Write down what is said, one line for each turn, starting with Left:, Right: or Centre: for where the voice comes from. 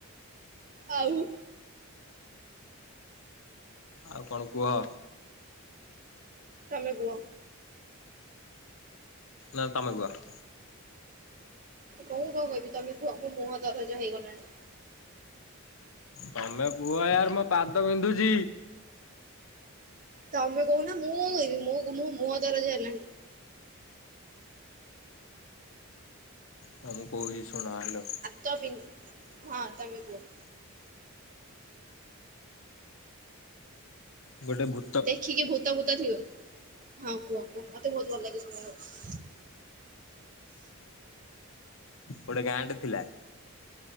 Right: ଆଉ
Left: ଆଉ କଣ କୁହ
Right: ତମେ କୁହ
Left: ନା ତମେ କୁୁହ
Right: ମୁଁ କଣ କହିବି ତମେ କୁହ ମୋ ମୁହଁ ଦରଜ ହେଇଗଲାଣି
Left: ତମେ କୁହ ୟାର ମୋ ପାଦ ବିନ୍ଧୁଛି
Right: ତମେ କହୁନ ମୁଁ କଣ କହିବି ମୁଁ ମୁହଁ ଦରଜ ହେଲାଣି
Left: ହଁ ମୁଁ କହୁଛି ଶୁଣ ହାଲ
Right: ତ ବିନ୍ ହଁ ମେ କୁହ
Left: ଗୋଟେ ଭୁ
Right: ଦେଖିକି ଭୂତ ଫୁତ ଥିବ ହଁ କୁହ କୁହ ମତେ ବହୁତ ଭଲ ଲାଗେ ଶୁଣ
Left: ଗୋଟେ ଗାଁଟେ ଥିଲା